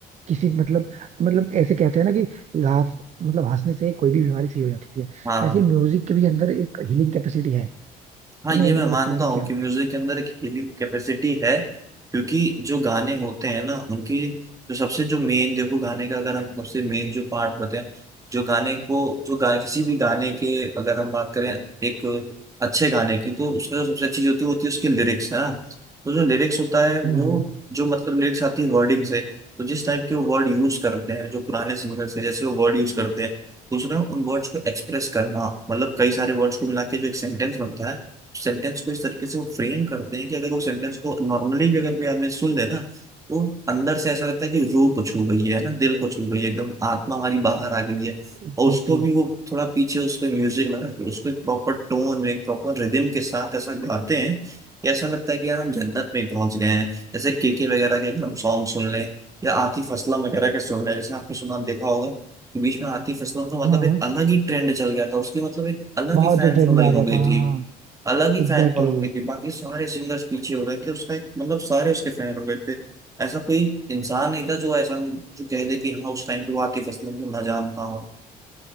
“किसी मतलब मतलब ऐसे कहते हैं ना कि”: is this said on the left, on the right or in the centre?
Right